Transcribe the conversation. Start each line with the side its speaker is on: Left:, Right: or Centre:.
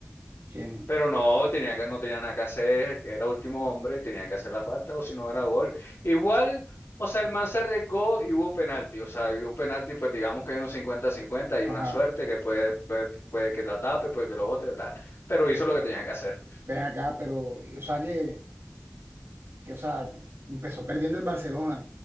Right: Chesney.
Left: Pero no tenía que- no tenía nada que hacer, era último hombre y tenía que hacer la falta, o si no era gol. Igual, o sea, el man se arriesgó y hubo penalti. O sea, hubo penalti, pues digamos que hay un 50-50, hay
Right: Ajá.
Left: una suerte que puede, puede, puede que la tape, puede que lo bote, tal. Pero hizo
Right: O-
Left: lo que tenía que hacer.
Right: Ven acá, pero, o sea, que, que, o sea, empezó perdiendo el Barcelona,